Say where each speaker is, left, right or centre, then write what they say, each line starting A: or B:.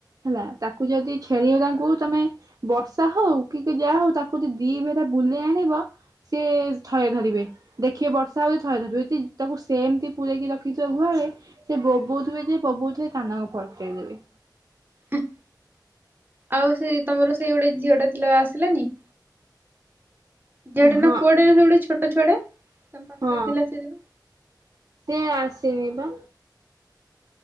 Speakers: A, on the right; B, on the right.
A: ହେଲା ତାକୁ ଯଦି ଛେଳି ଓ ତାଙ୍କୁ ତୋମେ ବର୍ଷା ହଉ କି କି ଯାହା ହଉ ତାକୁ ଯଦି ଦି ଭେରା ବୁଲେଇ ଆଣିବ। ସିଏ ଥୟ ଧରିବେ। ଦେଖିବେ ବର୍ଷା ହଉଛି ଥୟ ଧରିବ, ତି ତାକୁ ସେମିତି ପୁରେଇକି ରଖିଥିବ ଗୁହାଳେ ସେ ବୋବଉଥିବେ ଯେ ବୋବଉଥିବେ କାନକୁ ଫଟେଇ ଦେବେ।
B: ହଁ ଆଉ ସେ ତୋମର ସେଇ ଗୋଟେ ଝିଅ ଟା ଥିଲା ଆସିଲାନି? ଝିଅଟେ ନା
A: ହଁ
B: ପୁଅଟେ ସେ ଗୋଟେ ଛୋଟ ଛୁଆଟା ତୋମ ପାଖରେ
A: ହଁ
B: ଥିଲା ସେଦିନ।
A: ସେ ଆସିନି ତ।